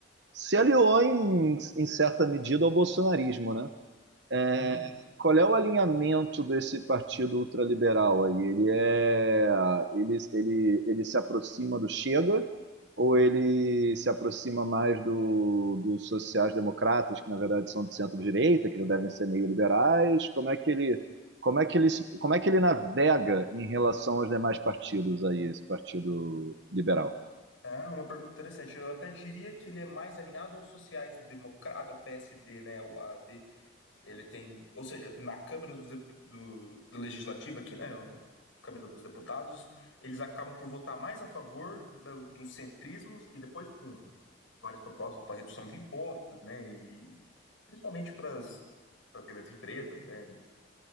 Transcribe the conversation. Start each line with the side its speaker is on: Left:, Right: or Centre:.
Right: se aliou em, em certa medida ao bolsonarismo, né? É,
Left: Uhum.
Right: qual é o alinhamento desse partido ultraliberal aí? Ele é, ele, ele, ele se aproxima do Chega ou ele se aproxima mais do, dos sociais-democratas, que na verdade são de centro-direita, que já devem ser meio liberais? Como é que ele, como é que ele, se- como é que ele navega em relação aos demais partidos aí, esse partido liberal?
Left: É uma pergunta interessante. Eu até diria que ele é mais alinhado aos sociais-democratas, ao PSD, né? O AD, Ele tem, ou seja, na Câmara dos Dep- do, do Legislativo aqui, né, o- Câmara dos Deputados, eles acabam por votar mais a favor do- dos centrismos e depois com várias propostas para redução de impostos, né, e principalmente para as grandes empresas, né, e,